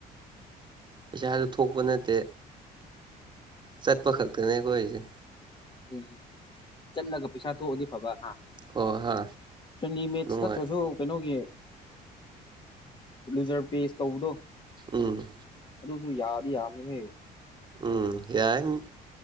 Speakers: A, on the right (about 25°); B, on the left (about 30°).
A: ꯄꯩꯁꯥꯁꯨ ꯊꯣꯛꯄ ꯅꯠꯇꯦ ꯆꯠꯄ ꯈꯛꯇꯅꯦ ꯑꯩꯈꯣꯏꯁꯦ
B: ꯑꯗꯨ꯫ꯅꯦ ꯆꯠꯂꯒ ꯄꯩꯁꯥ ꯊꯣꯛꯑꯗꯤ ꯐꯕ ꯍꯥ
A: ꯍꯣꯏ ꯍꯥ
B: ꯆꯨꯝꯅꯩ ꯃ‌ꯦꯠꯁ
A: ꯅꯨꯡꯉꯥꯏ
B: ꯅꯠꯇ꯭ꯔꯁꯨ ꯀꯩꯅꯣꯒꯤ ꯂꯨꯖꯔ ꯄꯦꯁ ꯇꯧꯕꯗꯣ
A: ꯎꯝ
B: ꯑꯗꯨꯁꯨ ꯌꯥꯗꯤ ꯌꯥꯝꯃꯤꯍꯦ
A: ꯎꯝ꯫ ꯌꯥꯔꯅꯤ